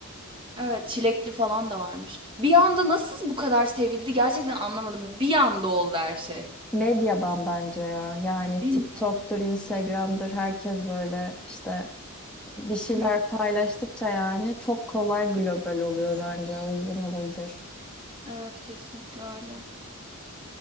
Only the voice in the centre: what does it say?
Medyadan bence ya yani
TikTok'tur
Instagram'dır herkes böyle işte bir şeyler
paylaştıkça yani çok kolay global oluyor bence o yüzden olabilir.